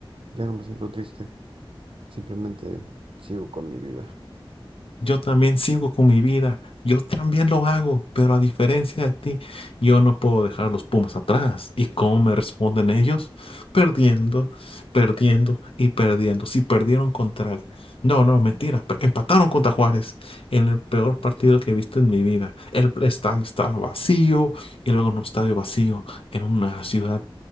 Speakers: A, on the right; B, on the left.
A: ya no me siento triste, simplemente sigo con mi vida.
B: Yo también sigo con mi vida, yo también lo hago, pero a diferencia de ti, yo no puedo dejar los Pumas atrás. ¿Y cómo me responden ellos? Perdiendo, perdiendo y perdiendo. Si perdieron contra el- No, no, mentira, pe- empataron contra Juárez en el peor partido que he visto en mi vida. El estadio estaba vacío y luego en un estadio vacío en una ciudad